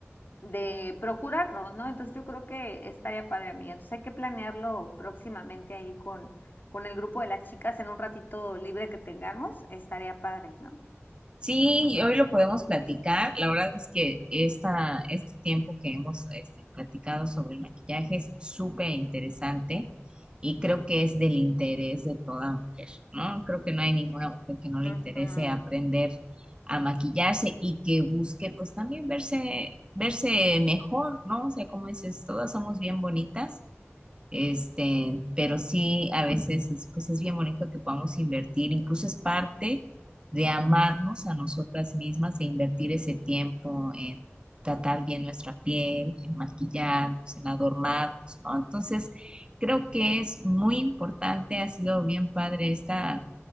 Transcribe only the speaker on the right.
Sí, y hoy lo podemos platicar. La verdad es que esta, este tiempo que hemos este, platicado sobre el maquillaje es súper interesante y creo que es del interés de toda mujer, ¿no? Creo que no hay ninguna mujer que no le
interese aprender a maquillarse y que busque pues también verse, verse mejor, ¿no? O sea, como dices, todas somos bien bonitas este, pero sí, a veces es, pues es bien bonito que podamos invertir, incluso es parte de amarnos a nosotras mismas, de invertir ese tiempo en tratar bien nuestra piel, en maquillarnos, en adornarnos, ¿no? Entonces, creo que es muy importante, ha sido bien padre esta,